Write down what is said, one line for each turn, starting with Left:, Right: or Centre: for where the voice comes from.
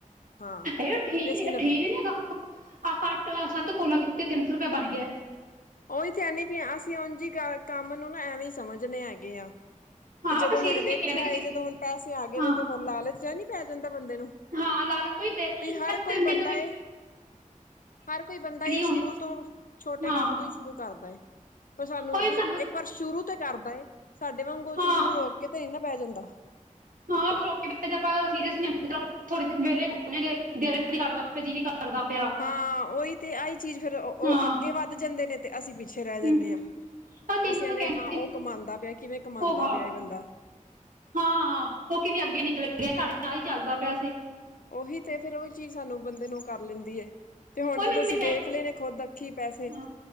Left: ਹਾਂ
Right: ਇਹ ਠੀਕ
Left: ਤੇ ਅੱਸੀ-ਨੱਬੇ
Right: ਨੀ ਠੀਕ ਨੀ ਹੈਗਾ ਆਪਾਂ ਅੱਠ-ਸੱਤ ਕੋਲਾ ਕੀਤੀਆ ਤਿੰਨ ਸੌ ਰੁਪਿਆ ਬਣ ਗਿਆ।
Left: ਉਹੀ ਤੇ ਹੈਨੀ ਵੀ ਅਸੀਂ ਉਂਝ ਹੀ ਕਰ ਕੰਮ ਨੂੰ ਨਾ ਐਵੇਂ ਹੀ ਸਮਝਦੇ ਹੈਗੇ ਆ।
Right: ਹਾਂ
Left: ਤੇ ਜਦੋਂ
Right: ਆਪਾਂ ਸੀਰੀਅਸ
Left: ਹੁਣ
Right: ਨਹੀਂ
Left: ਵੇਖਿਆ
Right: ਕਹਿੰਦੇ ਕਿਸੇ
Left: ਐ ਜਦੋਂ ਹੁਣ ਪੈਸੇ ਆ ਗਏ
Right: ਹਾਂ
Left: ਨੇ ਤੇ ਹੁਣ ਲਾਲਚ ਜਾਂ ਨੀ ਪੈ ਜਾਂਦਾ ਬੰਦੇ ਨੂੰ।
Right: ਹਾਂ ਲਾਲਚ ਉਹੀ ਤੇ
Left: ਵੀ ਹਰ
Right: ਮੈਂ ਤਿੰਨ-ਤਿੰਨ
Left: ਕੋਈ ਬੰਦਾ
Right: ਅ
Left: ਏ ਹਰ ਕੋਈ ਬੰਦਾ ਏ
Right: ਹੋਣੀ
Left: ਸ਼ੁਰੂ ਤੋਂ ਛੋਟੇ
Right: ਹਾਂ
Left: ਕੰਮ ਤੋਂ ਹੀ ਸ਼ੁਰੂ ਕਰਦਾ ਏ। ਪਰ ਸਾਨੂੰ
Right: ਉਹੀ
Left: ਵੀ
Right: ਤੁਹਾਨੂੰ
Left: ਇੱਕ
Right: ਮੈਂ
Left: ਵਾਰ ਸ਼ੁਰੂ ਤੇ ਕਰਦਾ ਏ ਸਾਡੇ ਵਾਂਗ ਉਹ
Right: ਹਾਂ
Left: ਚੀਜ਼ ਨੂੰ ਰੋਕ ਕੇ ਤੇ ਨੀ ਨਾ ਪੈ ਜਾਂਦਾ।
Right: ਹਾਂ ਪਰ ਲੋਕੀ <unintelligible> ਜੇ ਆਪਾਂ ਸੀਰੀਅਸ <unintelligible> ਥੋੜੇ ਦਿਨ ਵਿਹਲੇ ਘੁੰਮਣੇ ਗ‌ਏ ਫੇਰ ਜੀ ਨੀ ਕਰਦਾ। ਕਰਦਾ ਪਿਆ।
Left: ਹਾਂ ਉਹੀ ਤੇ ਆਹੀ ਚੀਜ਼ ਫੇਰ ਓ
Right: ਹਾਂ
Left: ਉਹ ਅੱਗੇ ਵੱਧ ਜਾਂਦੇ ਨੇ। ਤੇ ਅਸੀਂ ਪਿੱਛੇ ਰਹਿ ਜਾਣੇ
Right: ਹਮ,
Left: ਆ
Right: ਉਹ ਤੈਨੂੰ
Left: ਅਸੀਂ
Right: ਮੈਂ
Left: ਆਣੇ
Right: ਕਹਿੰਦੀ
Left: ਆ ਹਾਂ ਉਹ
Right: ਨੀ,
Left: ਕਮਾਉਂਦਾ ਪਿਆ ਕਿਵੇਂ ਕਮਾਉਂਦਾ
Right: ਹੋਗਾ
Left: ਪਿਆ ਏ ਬੰਦਾ।
Right: ਹਾਂ ਉਹ ਕਿਵੇਂ ਅੱਗੇ ਨਿਕਲ ਗਿਆ ਸਾਡੇ ਆਹੀ ਚੱਲਦਾ ਪਿਆ ਸੀ।
Left: ਉਹੀ ਤੇ ਫੇਰ ਉਹੀ ਚੀਜ਼ ਸਾਨੂੰ ਬੰਦੇ ਨੂੰ ਕਰ ਲੈਂਦੀ ਏ। ਤੇ ਹੁਣ
Right: ਉਹ
Left: ਜਦੋਂ
Right: ਮੈਨੂੰ
Left: ਅਸੀਂ
Right: ਮੈਂ
Left: ਵੇਖ ਲਏ ਨੇ ਖ਼ੁਦ ਅੱਖੀ ਪੈਸੇ
Right: ਹਾਂ